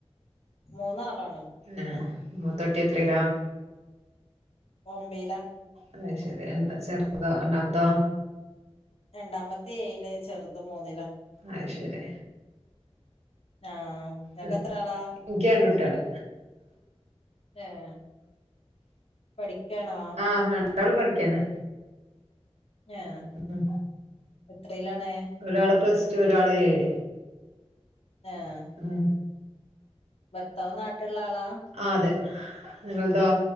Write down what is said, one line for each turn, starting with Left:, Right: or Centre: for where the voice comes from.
Left: മൂന്നാളാണ്
Right: എഹ് മൂത്തൊട്ടി എത്രയിലാ
Left: ഒമ്പയില
Right: അഹ് ശരി ചെർതോ രണ്ടാമത്തോ
Left: രണ്ടാമത്തെ ഏഴില് ചെറുത് മൂന്നില
Right: അയ് ശരി
Left: ആഹ് ഇങ്ങക്ക്
Right: ആഹ്
Left: എത്ര ആളാ
Right: ഇൻക്ക് രണ്ടു കുട്ട്യേള്
Left: ഏഹ് പഠിക്കാണോ
Right: ആഹ് രണ്ടാള് പഠിക്കന്നെ
Left: ഞാ ഹ
Right: ഉം
Left: എത്രയിലാണ്
Right: ഒരാള് പ്ലസ് ടു ഒരാള് ഏയ്‌
Left: ആഹ്
Right: ഉം
Left: ഭർത്താവ് നാട്ട്ള്ള ആളാ
Right: ആ അതെ നിങ്ങൾതോ